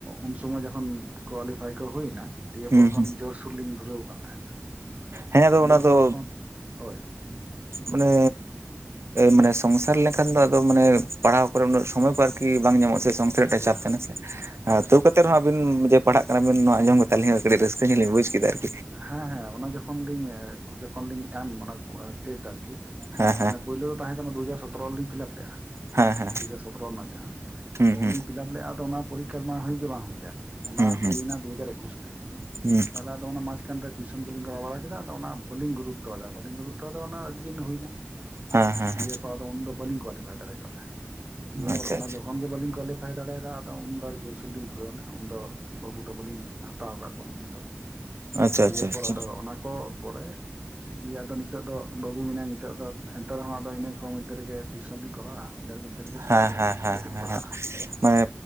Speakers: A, on the right; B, on the right.
A: ᱩᱱ ᱥᱚᱢᱚᱭ ᱡᱚᱠᱷᱚᱱ ᱠᱳᱣᱟᱞᱤᱯᱷᱟᱭ ᱠᱚ ᱦᱩᱭᱮᱱᱟ ᱫᱤᱭᱮ
B: ᱦᱩᱸ
A: ᱯᱚᱨ ᱠᱷᱚᱱ
B: ᱦᱩᱸ
A: ᱡᱳᱨᱥᱳᱨ ᱞᱤᱧ ᱫᱷᱩᱨᱟᱹᱣ ᱠᱟᱱ ᱛᱟᱦᱮᱸᱱᱟ᱾
B: ᱦᱮᱸ ᱟᱫᱚ
A: ᱫᱤᱭᱮᱯᱚᱨ
B: ᱚᱱᱟ ᱫᱚ
A: ᱠᱷᱚᱱ ᱦᱳᱭ
B: ᱢᱟᱱᱮ ᱢᱟᱱᱮ ᱥᱚᱝᱥᱟᱨ ᱞᱮᱱᱠᱷᱟᱱ ᱫᱚ ᱟᱫᱚ ᱢᱟᱱᱮ ᱯᱟᱲᱦᱟᱣ ᱠᱚᱨᱮ ᱩᱱᱟᱹᱜ ᱥᱚᱢᱚᱭ ᱠᱚ ᱟᱨᱠᱤ ᱵᱟᱝ ᱧᱟᱢᱚᱜᱼᱟ ᱥᱮ <unintelligible>
A: ᱦᱳᱭ
B: ᱪᱟᱯ ᱛᱟᱦᱮᱱᱟ
A: ᱦᱳᱭ
B: ᱥᱮ,
A: ᱦᱳᱭ
B: ᱛᱟᱹᱣ ᱮᱱᱛᱮᱨᱮ ᱦᱚ ᱟᱵᱮᱱ ᱡᱮ ᱯᱟᱲᱟᱦᱟᱜ ᱠᱟᱱᱟ ᱵᱤᱱ ᱱᱚᱣᱟ ᱟᱸᱡᱚᱢ ᱠᱟᱛᱮᱜ ᱟᱞᱤᱧ ᱦᱚᱸ ᱠᱟᱹᱴᱤᱡ ᱨᱟᱹᱥᱠᱟᱹ ᱧᱚᱸᱜᱞᱤᱧ ᱵᱩᱡᱽ ᱠᱮᱫᱟ᱾ ᱟᱨᱠᱤ᱾
A: ᱦᱮᱸ ᱦᱮᱸ ᱚᱱᱟ ᱡᱚᱠᱷᱚᱱ ᱞᱤᱧ ᱡᱚᱠᱷᱚᱱ ᱞᱤᱧ ᱮᱢ ᱚᱱᱟ ᱴᱮᱴ ᱟᱨᱠᱤ᱾
B: ᱦᱮᱸ
A: ᱢᱟᱱᱮ ᱯᱳᱭᱞᱳ ᱫᱚ ᱛᱟᱦᱮᱸ ᱠᱟᱱᱟ, ᱫᱩ ᱦᱟᱡᱟᱨ ᱥᱚᱛᱨᱚ ᱨᱮᱞᱤᱧ ᱯᱷᱤᱞᱟᱯ ᱞᱮᱜᱼᱟ ᱾
B: ᱦᱮᱸ ᱦᱮᱸ
A: ᱫᱩ ᱦᱟᱡᱟᱨ ᱥᱚᱛᱨᱚ ᱨᱮᱱᱟᱜ ᱡᱟᱦᱟᱸ
B: ᱦᱩᱸ
A: ᱛᱚ
B: ᱦᱩᱸ
A: ᱩᱱᱞᱤᱧ ᱯᱷᱤᱞᱟᱯ ᱞᱮᱜ ᱟᱫᱚ ᱚᱱᱟ ᱯᱚᱨᱤᱠᱠᱷᱟ ᱢᱟ ᱦᱩᱭ ᱜᱮ ᱵᱟᱝ ᱦᱩᱭ ᱞᱮᱱ, ᱚᱱᱟ
B: ᱦᱩᱸ
A: ᱦᱩᱭᱱᱟ
B: ᱦᱩᱸ
A: ᱫᱩ ᱦᱟᱡᱟᱨ ᱮᱠᱩᱥ ᱨᱮ ᱾
B: ᱦᱩᱸ
A: ᱛᱟᱦᱚᱞ ᱟᱫᱚ ᱚᱱᱟ ᱢᱟ ᱮᱠᱷᱟᱱ ᱫᱚ ᱴᱤᱭᱥᱚᱱ ᱠᱚᱞᱤᱧ ᱠᱚᱨᱟᱣ ᱵᱟᱲᱟ ᱠᱮᱫᱟ ᱟᱫᱚ ᱚᱱᱟ ᱵᱟᱹᱞᱤᱧ ᱜᱩᱨᱩᱛᱛᱚ ᱟᱫᱟ ᱵᱟᱹᱞᱤᱧ ᱜᱩᱨᱩᱛᱚ ᱟᱫᱟ ᱚᱱᱟ ᱟᱹᱰᱤ ᱫᱤᱱ ᱦᱩᱭᱱᱟ ᱾
B: ᱦᱮᱸ ᱦᱮᱸ
A: ᱫᱤᱭᱮ ᱯᱚᱨ ᱫᱚ ᱩᱱ ᱫᱚ ᱵᱟᱹᱞᱤᱧ ᱠᱳᱣᱟᱞᱤᱯᱷᱟᱭ ᱫᱟᱲᱮ ᱠᱟᱫ ᱛᱟᱦᱮᱸᱫ, ᱫᱤᱭᱮ
B: ᱟᱪᱪᱷᱟ
A: ᱯᱚᱨ ᱚᱱᱟ ᱡᱚᱠᱷᱚᱱ ᱜᱮ ᱵᱟᱹᱞᱤᱧ ᱠᱳᱣᱟᱞᱤᱯᱷᱟᱭ ᱯᱷᱟᱭ ᱫᱟᱲᱮᱭᱟᱫᱟ ᱟᱫᱚ, ᱩᱱ ᱫᱚ ᱟᱨᱚ ᱡᱳᱨᱥᱩᱨ ᱞᱤᱧ ᱫᱷᱩᱨᱟᱹᱣᱱᱟ, ᱩᱱᱫᱚ ᱵᱟᱹᱵᱩ ᱫᱚ ᱵᱟᱹᱞᱤᱧ ᱦᱟᱛᱟᱣ ᱟᱠᱟᱫ ᱠᱚᱣᱟ ᱩᱱᱫᱚ ᱾
B: ᱟᱪᱪᱷᱟ
A: ᱫᱤᱭᱮ
B: ᱟᱪᱪᱷᱟ ᱟᱪᱪᱷᱟ
A: ᱯᱚᱨ ᱟᱫᱚ, ᱚᱱᱟ ᱠᱚ ᱯᱚᱨᱮ ᱫᱤᱭᱮ ᱟᱫᱚ ᱱᱤᱛᱚᱜ ᱫᱚ ᱵᱟᱹᱵᱩ ᱢᱮᱱᱟᱭ ᱱᱤᱛᱚᱜ ᱫᱚ, ᱮᱱᱛᱮ ᱨᱮᱦᱚᱸ ᱟᱫᱚ ᱤᱱᱟᱹ ᱠᱚ ᱢᱚᱫᱽᱫᱷᱮ ᱨᱮ ᱜᱮ ᱴᱤᱭᱩᱥᱚᱱ ᱞᱤᱧ ᱠᱚᱨᱟᱣᱟ᱾ <unintelligible> ᱛᱮ ᱨᱮᱜ ᱥᱚᱢᱚᱭ
B: ᱦᱮᱸ
A: ᱞᱤᱧ
B: ᱦᱮᱸ
A: ᱩᱰᱩ ᱠᱟᱛᱮ ᱞᱤᱧ
B: ᱦᱮᱸ
A: ᱯᱟᱲᱦᱟᱜᱼᱟ
B: ᱦᱮᱸ
A: ᱾
B: ᱢᱟᱱᱮ,